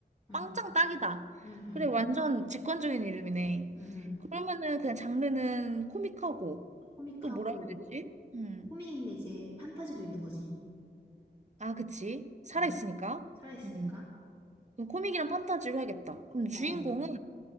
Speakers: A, on the left (about 20°); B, on the right (about 40°).
A: 응,
B: 빵짱 딱이다.
A: 응, 응,
B: 그래, 완전 직관적인 이름이네.
A: 응, 응.
B: 그러면은 그냥 장르는 코믹하고,
A: 코믹하고
B: 또 뭐라 해야 되지? 음.
A: 코믹인데 이제 판타지도 있는 거지.
B: 아, 그치. 살아있으니까.
A: 응? 살아있으니까.
B: 음. 그럼 코믹이랑 판타지로 해야겠다. 그럼 주인공은
A: 어,